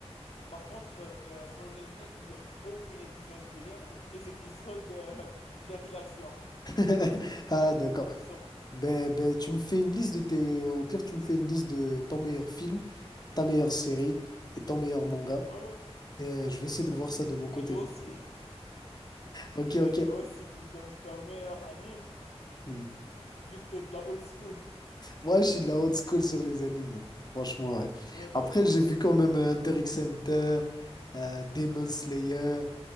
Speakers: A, on the left (about 80°); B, on the left (about 40°).
A: Par contre, euh, euh, sur le leveling, il y a aucun épisode filler et tous les épisodes, euh, <laughs> il y a que de l'action.
B: <laughs> Ah, d'accord.
A: C'est pour ça.
B: Ben, ben, tu me fais une liste de tes. Au pire, tu me fais une liste de ton meilleur film, ta meilleure série et ton meilleur manga.
A: Ouais, ouais,
B: Et euh, je vais essayer
A: ouais.
B: de voir ça de mon côté.
A: Et toi aussi. <laughs>
B: Ok,
A: Et
B: ok.
A: toi aussi, tu me donnes ton meilleur anime
B: Hmm.
A: vu que t'es de la old school.
B: Moi, je suis de la old school sur les animes. hein. Franchement, ouais.
A: Ouais, ben,
B: Après, j'ai vu quand même euh, Hunter x Hunter, euh, Demon Slayer.